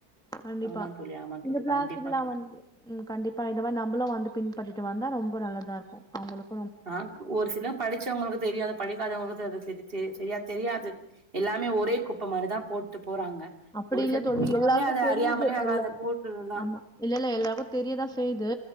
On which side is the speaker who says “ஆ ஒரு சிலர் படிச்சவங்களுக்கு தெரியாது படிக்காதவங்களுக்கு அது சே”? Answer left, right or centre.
Right